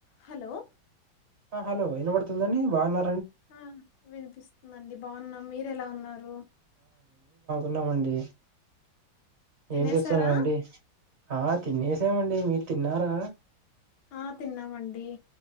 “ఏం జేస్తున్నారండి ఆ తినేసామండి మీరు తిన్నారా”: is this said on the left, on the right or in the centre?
Right